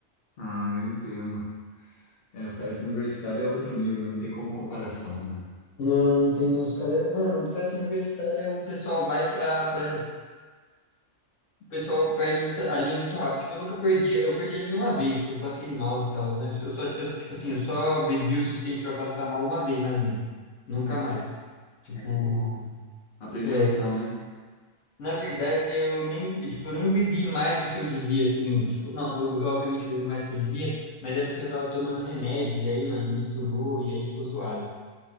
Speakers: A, on the left (about 55°); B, on the left (about 80°).
A: Ah, eu entendo. É, festa universitária é outro nível, não tem como comparação, né?
B: Não, não tem mais os caras. Mano, festa universitária, o pessoal vai pra, pra. O pessoal perde muita, a linha muito rápido. Tipo, eu nunca perdi, eu perdi a linha uma vez, que eu passei mal e tal, né? Eu só, eu, tipo assim, eu só bebi o suficiente para passar mal uma vez na vida. Nunca
A: Hum, Entendi.
B: mais. Tipo,
A: Ah, que bom, né? Aprendeu
B: é.
A: a lição, né?
B: Na verdade, eu nem, tipo, eu nem bebi mais do que eu devia, assim. Tipo, não, eu, bebi- obviamente eu bebi mais do que eu devia, mas é porque eu tava tomando remédio, e aí, mano, misturou, e aí ficou zoado.